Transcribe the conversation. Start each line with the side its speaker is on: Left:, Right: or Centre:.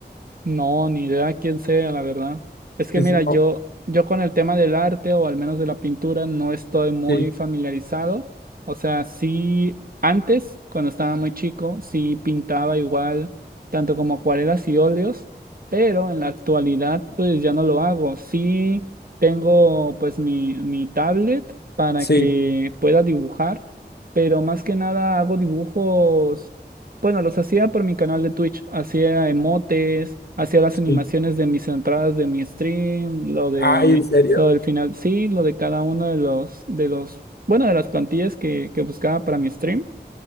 Right: No, ni idea quién sea, la verdad. Es
Left: que
Right: que mira,
Left: es-
Right: yo,
Left: oh,
Right: yo con el tema del arte o al menos de la pintura no estoy muy
Left: sí,
Right: familiarizado. O sea, sí, antes, cuando estaba muy chico, sí pintaba igual, tanto como acuarelas y óleos, pero en la actualidad pues ya no lo hago. Sí tengo pues mi, mi tablet para
Left: sí,
Right: que pueda dibujar, pero más que nada hago dibujos bueno, los hacía por mi canal de Twitch. Hacía emotes, hacía las animaciones
Left: sí.
Right: de mis entradas de mi stream, lo de
Left: Ay, ¿en serio?
Right: lo del final, sí, lo de cada uno de los de los, bueno, de las plantillas que, que buscaba para mi stream.